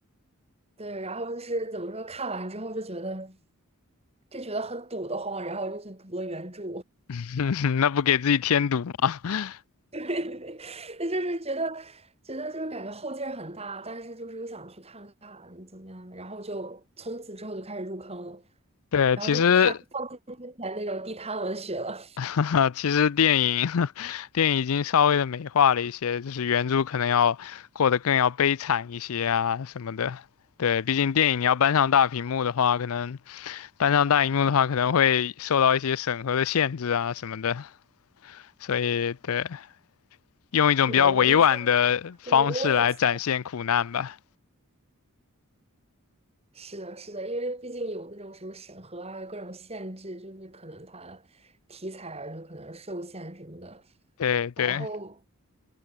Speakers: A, on the right; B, on the left.
A: 对，然后就是怎么说，看完之后就觉得就觉得很堵得慌，然后就去读了原著，
B: <laughs> 那不给自己添堵吗？<laughs>
A: <laughs> 对，那就是觉得觉得就是感觉后劲儿很大，但是就是又想去看看怎么样的，然后就从此之后就开始入坑了，
B: 对，
A: 然后就不看，
B: 其实
A: 放弃之前那种地摊文学了。
B: <laughs> 其实电影 <laughs> 电影已经稍微的美化了一些，就是原著可能要过得更要悲惨一些啊什么的。对，毕竟电影你要搬上大屏幕的话，可能搬上大荧幕的话，可能会受到一些审核的限制啊什么的，所以对，用一种比较委婉的方式来展现苦难吧。
A: <laughs> 对，我以前，对，我以前是的，是的，因为毕竟有那种什么审核啊，有各种限制，就是可能它题材啊，就可能受限什么的。
B: 对对，
A: 然后